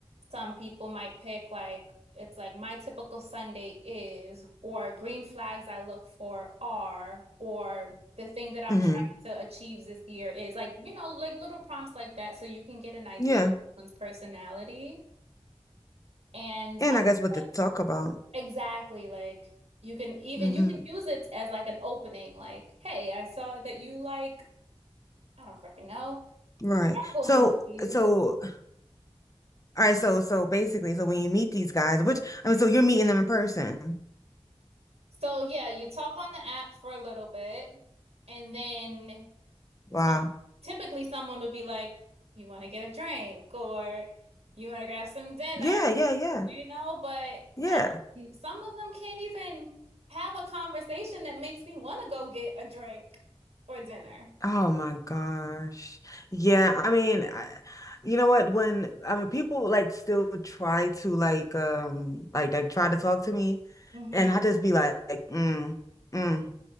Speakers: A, on the right (about 70°); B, on the left (about 30°).
A: some people might pick like it's like my typical Sunday is, or green flags I look for are, or the thing that I'm
B: hmm
A: trying to achieve this year is like, you know, like little prompts like that so you can get an idea
B: Yeah.
A: of someone's personality. And
B: And
A: I,
B: I guess what
A: like,
B: to talk about.
A: exactly like you can even
B: hmm
A: you can use it as like an opening, like, hey, I saw that you like, I don't freaking know,
B: Right.
A: Marvel
B: So,
A: movies.
B: so, all right. So, so basically, so when you meet these guys, which, I mean, so you're meeting them in person.
A: So yeah, you talk on the app for a little bit, and then
B: Wow.
A: some typically someone would be like, "You want to get a drink or you want to grab some dinner,"
B: Yeah. Yeah. Yeah.
A: you know, but
B: Yeah.
A: not some of them can't even have a conversation that makes me want to go get a drink or dinner.
B: Oh my gosh. Yeah. I mean, I, you know what? When, I mean, people like still try to like, um, like, like try to talk to me
A: hmm
B: and I just be like, like, mm, mm,